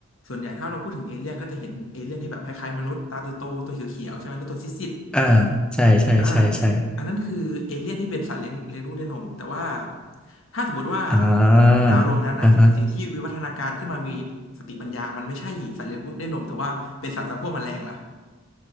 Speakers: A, on the left; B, in the centre.
A: ส่วนใหญ่ถ้าเราพูดถึงเอเลี่ยนก็จะเห็นเอเลี่ยนที่แบบคล้ายๆมนุษย์ตาโตๆตัวเขียวๆใช่ไหมหรือตัวซีด
B: อ่าใช่ใช่ใช่ใช่
A: ๆอ่าอันนั้นคือเอเลี่ยนที่เป็นสัตว์เลี้ยงเลี้ยงลูกด้วยนม แต่ว่าถ้าสมมติว่า
B: อ่า
A: ดาวดวงนั้นอ่ะสิ่งที่วิวัฒนาการขึ้นมามีสติปัญญามันไม่ใช่สัตว์เลี้ยงลูกด้วยนมแต่ว่าเป็นสัตว์จำพวกแมลงล่ะ
B: อ่าฮะ